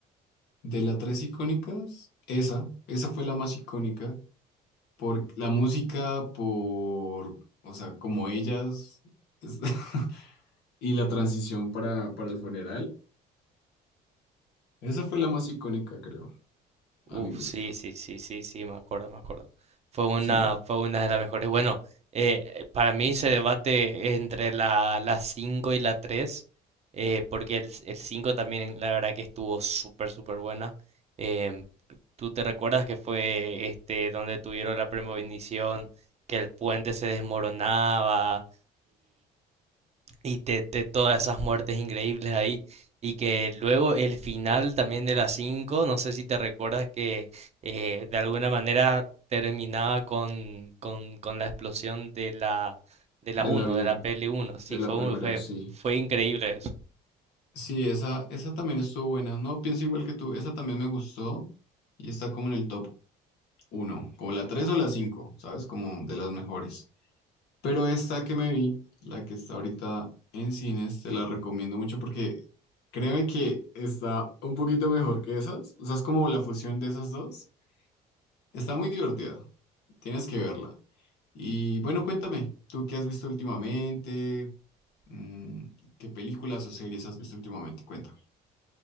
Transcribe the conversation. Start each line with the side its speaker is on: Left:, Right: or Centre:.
Left: De las tres icónicas, esa, esa fue la más icónica. Por la música, por, o sea, como ellas, es- <laughs> y la transición para, para el funeral. Esa fue la más icónica, creo,
Right: Uf,
Left: a mi gusto.
Right: sí, sí, sí, sí, sí, me acuerdo, me acuerdo. Fue una,
Left: Sí,
Right: fue una de las mejores. Bueno, eh, eh, para mí se debate entre la, la 5 y la 3 eh, porque el, el 5 también la verdad que estuvo súper, súper buena. Em, ¿tú te recuerdas que fue este donde tuvieron la premonición, que el puente se desmoronaba y te, te- todas esas muertes increíbles ahí. Y que luego el final también de la cinco no sé si te recuerdas que eh, de alguna manera terminaba con, con, con la explosión de la, de la
Left: del
Right: uno
Left: avión,
Right: de la pl uno Sí,
Left: de la
Right: fue,
Left: primera,
Right: un- fue,
Left: sí.
Right: fue increíble eso.
Left: Sí, esa, esa también estuvo buena. No, pienso igual que tú. Esa también me gustó y está como en el top uno, como la 3 o la 5, ¿sabes? Como de las mejores. Pero esta que me vi, la que está ahorita en cines, te la recomiendo mucho porque créeme que está un poquito mejor que esas. O sea, es como la fusión de esas dos. Está muy divertida. Tienes que verla. Y bueno, cuéntame, ¿tú qué has visto últimamente? Mm, ¿Qué películas o series has visto últimamente? Cuéntame.